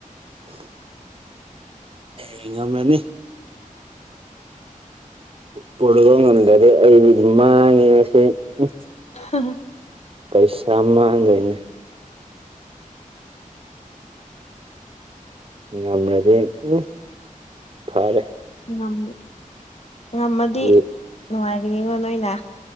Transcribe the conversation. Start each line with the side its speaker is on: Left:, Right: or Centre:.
Right: INAUDIBLE ꯑꯦ ꯉꯝ꯭ꯔꯅꯤ ꯄꯨꯔꯞ ꯉꯝꯗꯔꯦ ꯑꯩꯗꯤ ꯃꯥꯡꯉꯦ ꯉꯁꯤ ꯎ
Left: ꯍ
Right: ꯄꯩꯁꯥ ꯃꯥꯡꯗꯣꯏꯅꯦ ꯉꯝꯔꯗꯤ ꯎꯝ ꯐꯔꯦ
Left: ꯉꯝ ꯉꯝꯃꯗꯤ
Right: ꯌꯦ-
Left: ꯅꯨꯡꯉꯥꯏꯅꯤꯅ ꯅꯣꯏꯅ